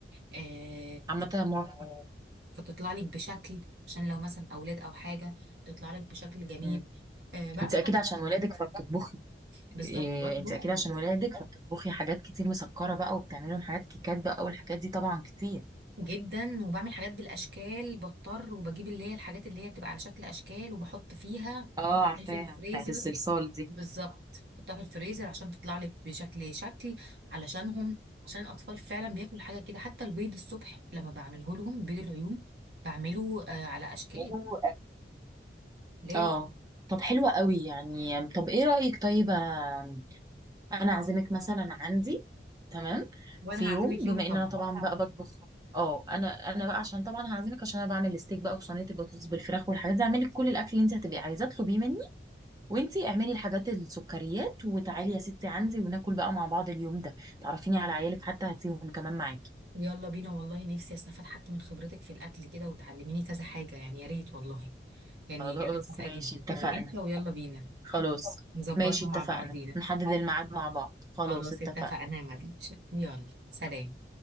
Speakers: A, on the right; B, on the right.
A: آه،
B: عامه موافقه
A: فتطلع لك بشكل عشان لو مثلا اولاد او حاجه تطلع لك بشكل جميل
B: مم.
A: آه، بعمل
B: انت اكيد
A: طبعا
B: عشان ولادك فبتطبخي
A: بالظبط
B: إيه
A: بطبخ
B: انت اكيد عشان ولادك فبتطبخي حاجات كتير مسكره بقى وبتعملي لهم حاجات كيكات بقى والحاجات دي طبعا كتير
A: جدا وبعمل حاجات بالاشكال بضطر وبجيب اللي هي الحاجات اللي هي بتبقى على شكل اشكال وبحط فيها
B: اه عارفاها
A: في الفريزر
B: بتاعت الصلصال دي
A: بالظبط بحطها في الفريزر عشان تطلع لي بشكل شكل علشانهم عشان الاطفال فعلا بياكلوا حاجه كده حتى البيض الصبح لما بعمله لهم بيض العيون بعمله آه على اشكال
B: حلو
A: لازم
B: اه طب حلوة قوي يعني طب ايه رأيك طيب آم، انا اعزمك مثلا عندي تمام
A: وانا
B: في
A: هعزمك
B: يوم
A: يوم
B: بما
A: طبعا
B: ان انا طبعا بقى بطبخ اه انا انا بقى عشان طبعا هعزمك عشان انا بعمل الستيك بقى وصينيه البطاطس بالفراخ والحاجات دي اعمل لك كل الاكل اللي انت هتبقي عايزاه اطلبيه مني وانتي اعملي الحاجات السكريات وتعالي يا ستي عندي وناكل بقى مع بعض اليوم ده تعرفيني على عيالك حتى هاتيهم كمان معاكي
A: يلا بينا والله نفسي استفاد حتى من خبرتك في الاكل كده وتعلميني كذا حاجه يعني يا ريت والله يعني
B: خلاص
A: أنا موافقه
B: ماشي
A: جدا
B: اتفقنا
A: شوفي امتى ويلا بينا
B: خلاص
A: نظبطها
B: ماشي اتفقنا
A: مع بعضينا
B: نحدد الميعاد مع بعض خلاص
A: خلاص
B: اتفقنا
A: اتفقنا يا مدينة يلا سلام